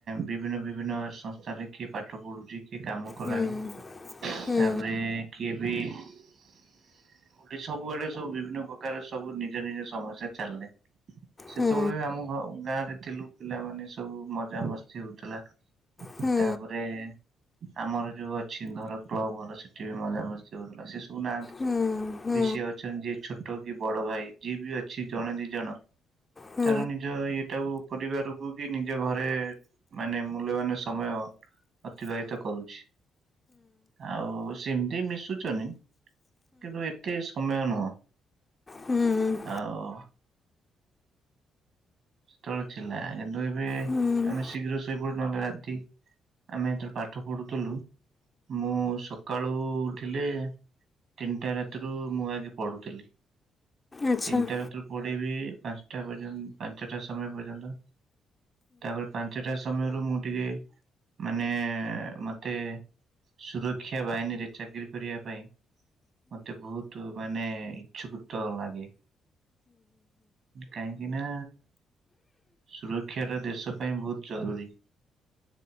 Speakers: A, on the right (about 60°); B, on the left (about 25°).
A: ବିଭିନ୍ନ ବିଭିନ୍ନ ସଂସ୍ଥାରେ କିଏ ପାଠ ପଢୁଛି। କିଏ କାମ କଲାଣି
B: ହୁଁ ହୁଁ
A: ତାପରେ କିଏ ବି ପୁଣି ସବୁଆଡେ ସବୁ ବିଭିନ୍ନ ପ୍ରକାର ସବୁ ନିଜ ନିଜ ସମସ୍ୟା ଚାଲିଲେ। ସେତେବେଳେ
B: ହୁଁ
A: ଆମ ଗାଁରେ ଥିଲୁ ପିଲାମାନେ ସବୁ ମଜା ମସ୍ତି ହଉଥିଲା।
B: ହୁଁ
A: ତାପରେ ଆମର ଯୋଉ ଅଛି ଘର କ୍ଲବ ଘର ସେଠି ବି ମଜା ମସ୍ତି ହଉଥିଲା ସେ ସୁ ଶୁ ନାହାନ୍ତି
B: ହୁଁ ହୁଁ ହୁଁ ହୁଁ ହୁଁ
A: ବେଶି ଅଛନ୍ତି ଯିଏ ଛୋଟ କି ବଡ ଭାଇ। ଯିଏ ବି ଅଛି ଜଣେ ଦି ଜଣ
B: ହୁଁ
A: ତାର ନିଜ ଇଏ ଟା ଆଉ ପରିବାର କୁ ବି ନିଜ ଘରେ ମାନେ ମୂଲ୍ୟବାନ ସମୟ ଅତିବାହିତ କରୁଛି, ଆଉ ସେମିତି ମିଶୁଛନ୍ତି। କିନ୍ତୁ ଏତେ ସମୟ ନୁହଁ।
B: ହୁଁ ହୁଁ
A: ଆଉ ସେତେବେଳେ ଥିଲା, କିନ୍ତୁ ଏବେ
B: ହୁଁ
A: ଆମେ ଶୀଘ୍ର ଶୋଇପଡ଼ୁ ନହେଲେ ରାତି ଆମେ ଏଥିରେ ପାଠ ପଢ଼ୁଥିଲୁ। ମୁଁ ସକାଳୁ ଉଠିଲେ ତିନିଟା ରାତିରୁ ମୁଁ ଆଗେ ପଢୁଥିଲି।
B: ଆଚ୍ଛା
A: ତିନିଟା ରାତିରୁ ପଢ଼ିବି ପାଞ୍ଚଟା ପର୍ଯ୍ୟନ୍ତ ପାଞ୍ଚଟା ସମୟ ପର୍ଯ୍ୟନ୍ତ। ତାପରେ ପାଞ୍ଚଟା ସମୟରୁ ମୁଁ ଟିକେ ମାନେ ମୋତେ ସୁରକ୍ଷା ବାହିନୀରେ ଚାକିରି କରିବା ପାଇଁ ମୋତେ ବହୁତ ମାନେ ଇଛୁକୃତ ଲାଗେ। କାହିଁକି ନା ସୁରକ୍ଷାଟା ଦେଶ ପାଇଁ ବହୁତ ଜରୁରୀ।